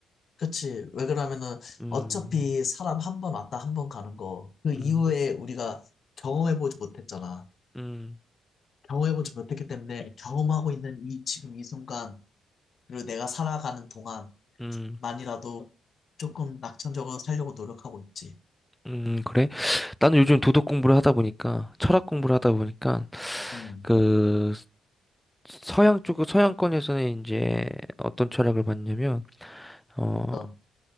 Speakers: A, on the left; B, in the centre.
A: 그치. 왜 그러면은
B: 음.
A: 어차피 사람 한 번 왔다 한 번 가는 거, 그 이후에
B: 음,
A: 우리가 경험해보지 못했잖아.
B: 음,
A: 경험해보지 못했기 때문에 경험하고 있는 이 지금 이 순간, 그리고 내가 살아가는 동안
B: 음,
A: 만이라도 조금 낙천적으로 살려고 노력하고 있지.
B: 음, 그래? 나는 요즘 도덕 공부를 하다 보니까, 철학 공부를 하다 보니까,
A: 음,
B: 그, 서양 쪽, 서양권에서는 이제 어떤 철학을 봤냐면, 어,
A: 어떤